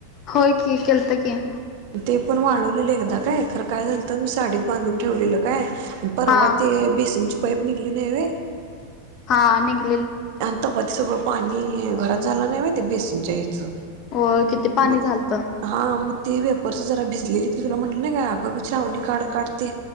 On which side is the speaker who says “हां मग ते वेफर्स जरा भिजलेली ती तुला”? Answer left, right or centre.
Right